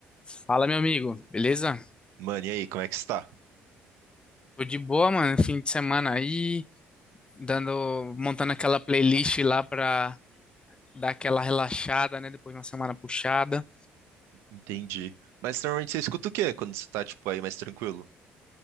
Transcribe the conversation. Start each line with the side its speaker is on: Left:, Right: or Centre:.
Left: Fala, meu amigo, beleza?
Right: Mano, e aí, como é que está?
Left: Tô de boa, mano. Fim de semana aí, dando, montando aquela playlist lá pra dar aquela relaxada, né? Depois de uma semana puxada.
Right: Entendi. Mas normalmente você escuta o quê quando você tá, tipo, aí mais tranquilo?